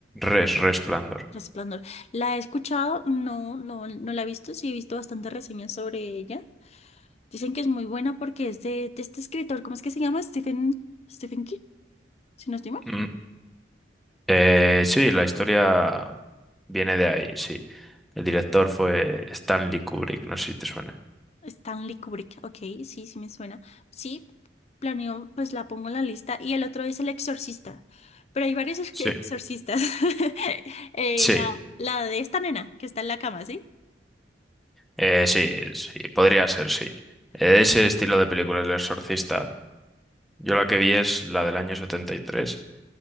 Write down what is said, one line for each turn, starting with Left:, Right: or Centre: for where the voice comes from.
Centre: Res, Resplandor.
Left: Resplandor. La he escuchado, no, no, no la he visto, sí he visto bastantes reseñas sobre ella. Dicen que es muy buena porque es de, de este escritor, ¿cómo es que se llama? Stephen, Stephen King, si no estoy mal.
Centre: Mm, eh, sí, la historia viene de ahí, sí. El director fue Stanley Kubrick, no sé si te suena.
Left: Stanley Kubrick, ok, sí, sí me suena. Sí, planeo, pues la pongo en la lista. Y el otro es El Exorcista, pero hay varios ex-
Centre: Sí.
Left: exorcistas. <laughs> Eh,
Centre: Sí,
Left: la, la de esta nena que está en la cama, ¿sí?
Centre: eh, sí, sí, podría ser, sí. Eh, Ese estilo de película, El Exorcista. Yo la que vi es la del año setenta y tres